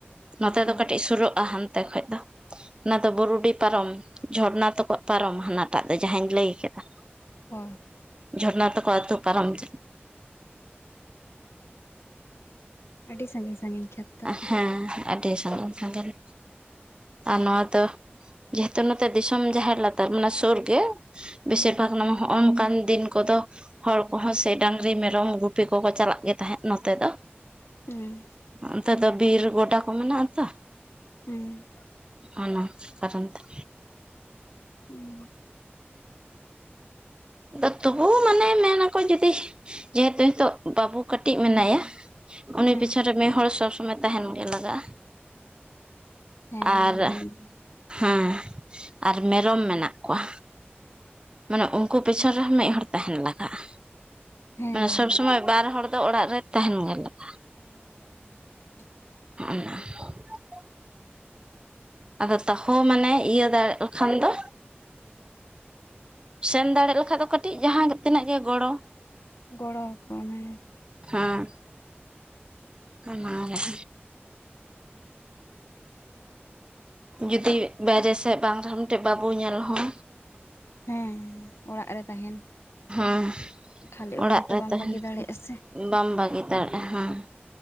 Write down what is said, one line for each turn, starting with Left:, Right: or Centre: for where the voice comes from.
Right: ᱱᱚᱛᱮ ᱫᱚ
Left: ᱚ
Right: ᱠᱟᱹᱴᱤᱡ ᱥᱳᱨᱳᱜᱼᱟ ᱦᱟᱱᱛᱮ ᱠᱷᱚᱱ ᱫᱚ ᱾ ᱚᱱᱟ ᱫᱚ ᱵᱩᱨᱩᱰᱤ ᱯᱟᱨᱚᱢ ᱡᱷᱚᱨᱱᱟ ᱛᱟᱠᱚᱣᱟᱜ ᱯᱟᱨᱚᱢ ᱦᱟᱱᱟᱴᱟᱜ ᱫᱚ ᱡᱟᱦᱟᱸᱧ ᱞᱟᱹᱭ ᱠᱟᱫᱟ᱾
Left: ᱦᱳᱭ
Right: ᱡᱷᱚᱨᱱᱟ ᱛᱟᱠᱚᱣᱟᱜ ᱟᱛᱩ ᱯᱟᱨᱚᱢ <inaudible>
Left: ᱟᱹᱰᱤ ᱥᱟᱺᱜᱤᱧ ᱥᱟᱺᱜᱤᱧ ᱠᱷᱮ ᱛᱟᱯᱮ
Right: ᱦᱮᱸ
Left: ᱾
Right: ᱟᱹᱰᱤ ᱥᱟᱺᱜᱤᱧ ᱥᱟᱺᱜᱤᱧ, ᱟᱨ ᱱᱚᱣᱟ ᱫᱚ ᱡᱮᱦᱮᱛᱩ ᱱᱚᱛᱮ ᱫᱤᱥᱚᱢ ᱡᱟᱦᱮᱨ ᱞᱟᱛᱟᱨ ᱢᱟᱱᱮ ᱥᱳᱨ ᱜᱮ ᱾ ᱵᱤᱥᱤᱨ ᱵᱷᱟᱜᱽ ᱱᱚ ᱦᱚᱱᱚᱝᱠᱟᱱ ᱫᱤᱱ ᱠᱚ ᱫᱚ ᱦᱚᱲ ᱠᱚ ᱦᱚᱸ ᱥᱮ ᱰᱟᱝᱨᱤ, ᱢᱮᱨᱚᱢ ᱜᱩᱯᱤ ᱠᱚ ᱠᱚ ᱪᱟᱞᱟᱜ ᱜᱮ ᱛᱟᱦᱮᱸᱫ ᱱᱚᱛᱮ ᱫᱚ᱾
Left: ᱦᱩᱸ
Right: ᱚᱱᱛᱮ ᱫᱚ ᱵᱤᱨ ᱜᱚᱰᱟ ᱠᱚ ᱢᱮᱱᱟ-ᱜ ᱟᱛᱚ
Left: ᱦᱩᱸ
Right: ᱚᱱᱟ ᱠᱟᱨᱚᱱ ᱛᱮ᱾
Left: ᱦᱩᱸ
Right: ᱟᱫᱚ ᱛᱚᱵᱩ ᱢᱟᱱᱮ ᱢᱮᱱ ᱟᱠᱚ ᱡᱩᱫᱤ, ᱡᱮᱦᱮᱛᱩ ᱱᱤᱛᱳ-ᱜ ᱵᱟᱹᱵᱩ ᱠᱟᱹᱴᱤᱡ ᱢᱮᱱᱟᱭᱟ᱾ ᱩᱱᱤ
Left: ᱦᱮᱸ
Right: ᱯᱤᱪᱷᱽᱚᱱ ᱨᱮ ᱢᱤᱫ ᱦᱚᱲ ᱥᱚᱵ ᱥᱳᱢᱳᱭ ᱾ ᱛᱟᱦᱮᱱ ᱜᱮᱸ ᱞᱟᱜᱟᱜᱼᱟ᱾
Left: ᱦᱮᱸ
Right: ᱟᱨ
Left: ᱦᱩᱰᱤᱧ ᱜᱮ
Right: ᱦᱮᱸ ᱟᱨ ᱢᱮᱨᱚᱢ ᱢᱮᱱᱟᱜ ᱠᱚᱣᱟ᱾ ᱢᱟᱱᱮ ᱩᱱᱠᱩ ᱯᱤᱪᱷᱚᱱ ᱨᱮ ᱦᱚᱸ ᱢᱤᱫ ᱦᱚᱲ ᱛᱟᱦᱮᱱ ᱞᱟᱜᱟᱜᱼᱟ᱾
Left: ᱦᱮᱸ
Right: ᱢᱟᱱᱮ ᱥᱚᱵᱽ ᱥᱳᱢᱳᱭ, ᱵᱟᱨ ᱦᱚᱲ ᱫᱚ ᱚᱲᱟᱜ ᱨᱮ ᱛᱟᱦᱮᱱ ᱜᱮ ᱞᱟᱜᱟᱜᱼᱟ᱾
Left: ᱛᱟᱦᱮᱱ ᱜᱮ ᱞᱟᱜᱟᱣ ᱢᱮᱭᱟ
Right: <unintelligible> ᱟᱫᱚ ᱛᱟᱦᱚᱸ ᱢᱟᱱᱮ ᱤᱭᱟᱹ ᱫᱟᱲᱮ-ᱜ ᱠᱷᱟᱱ ᱫᱚ᱾ ᱥᱮᱱ ᱫᱟᱲᱮ ᱞᱮᱠᱷᱟᱡ ᱫᱚ, ᱠᱟᱹᱴᱤᱡ ᱡᱟᱦᱟᱸ ᱛᱤᱱᱟᱹᱜ ᱜᱮ ᱜᱚᱲᱚᱸ᱾
Left: ᱜᱚᱲᱚ ᱣᱟᱠᱚ ᱢᱮ᱾
Right: ᱦᱮᱸ ᱚᱱᱟᱜᱮ ᱡᱩᱫᱤ ᱵᱟᱭᱨᱮ ᱥᱮᱫ ᱵᱟᱝ ᱨᱮ ᱦᱚᱸ᱾ ᱢᱤᱫ ᱴᱮᱡ ᱵᱟᱵᱩ ᱧᱮᱞ ᱦᱚᱸ᱾
Left: ᱦᱮᱸ ᱚᱲᱟᱜ ᱨᱮ ᱛᱟᱦᱮᱱ
Right: ᱦᱮᱸ
Left: ᱠᱷᱟᱹᱞᱤ
Right: ᱚᱲᱟᱜ
Left: ᱦᱚᱸᱛᱚ
Right: ᱨᱮ
Left: ᱵᱟᱢ
Right: ᱛᱟᱦᱮᱱ᱾
Left: ᱵᱟᱹᱜᱤ ᱫᱟᱲᱮᱭᱟᱜᱼᱟ ᱥᱮ
Right: ᱵᱟᱢ ᱵᱟᱹᱜᱤ ᱫᱟᱲᱮᱜᱼᱟ᱾ ᱦᱮᱸ